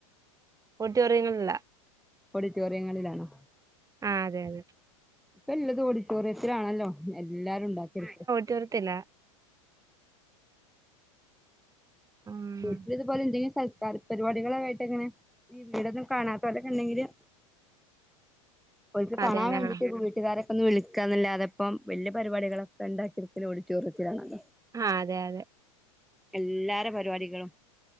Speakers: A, on the right (about 20°); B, in the centre.
A: ഓഡിറ്റോറിയങ്ങളിലാ
B: ഓഡിറ്റോറിയങ്ങളിലാണോ?
A: ആഹ് അതെ അതെ.
B: ഇപ്പൊ എല്ലതും ഓഡിറ്റോറിയത്തിലാണല്ലോ എല്ലാരും ഉണ്ടാക്കൽ.
A: റ്റോർത്തില്ല ആഹ്
B: വീട്ടില ഇതുപോലെ എന്തെില സക്കാർ പരിപാടികള ആയിട്ട് അങ്ങനെ ഈ വീടൊന്നും കാണാത്ത ഓലൊക്കെണ്ടെങ്കില്. ഒക്ക്
A: അതന്നെ
B: കാണാൻ വേണ്ടിട്ട്
A: ആഹ്
B: വീട്ടുകാരെ ഒന്ന് വിളിക്കാന്നല്ലാതപ്പം വല്ല്യ പരിപാടികളൊക്കെ ഉണ്ടാക്കിടക്കൽ ഓഡിറ്റോറിയത്തികാണാല്ലോ.
A: ആഹ് അതെ അതെ
B: എല്ലാര പരിപാടികളും